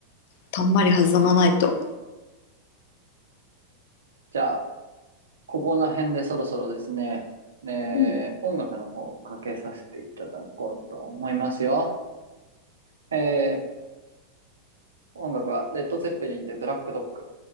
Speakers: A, on the left (about 50°); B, on the right (about 70°).
A: たんまり弾まないと。
B: じゃあ、ここら辺でそろそろですね、えー音楽の方をかけさせていただこうと思いますよ。
A: うん
B: えー音楽はレッド・ツェッペリンでブラック・ドッグ。